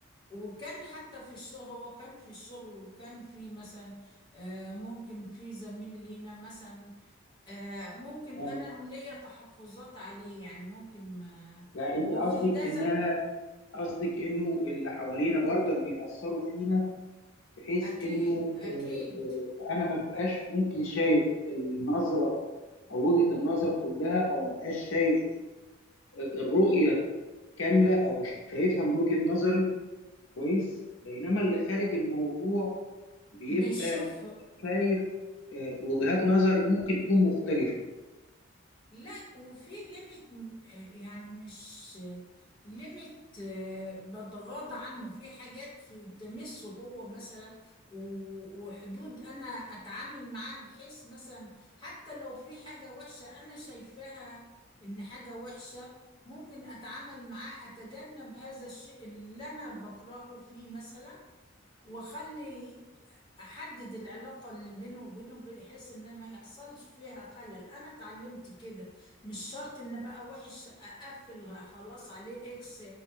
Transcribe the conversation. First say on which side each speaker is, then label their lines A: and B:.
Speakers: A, on the left; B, on the left.
A: وكان حتى في الشغل هو كان في الشغل وكان في مثلا آه، ممكن في زميل لينا مثلا آه، ممكن
B: يعني,
A: انا ليا تحفظات عليه يعني ممكن ما
B: يعني انت
A: وده
B: قصدك انها
A: زك-
B: قصدك انه اللي حوالينا برضك بيأثروا فينا بحيث
A: اكيد
B: انه
A: اكيد
B: آه، آه، انا ما بقاش ممكن شايف النظرة او وجهة النظر كلها او ما بقاش شايف آه، الرؤية كاملة او شايفها من وجهة نظري كويس بينما اللي خارج الموضوع بيبقى
A: بيشوف
B: شايف آه، وجهات نظر ممكن تكون مختلفة
A: لا وفي ليميت يعني مش ليميت بتغاضى عنه في حاجات في تمسه هو مثلا و- وحدود انا اتعامل معاها بحيث مثلا حتى لو في حاجة وحشة انا شايفاها ان حاجة وحشة ممكن اتعامل معاه اتجنب هذا الشيء اللي انا بكرهه فيه مثلا واخلي احدد العلاقة اللي بيني وبينه بحيث ان ما يحصلش فيها خلل انا اتعلمت كده مش شرط ان بقى وحش اقفل خلاص عليه اكس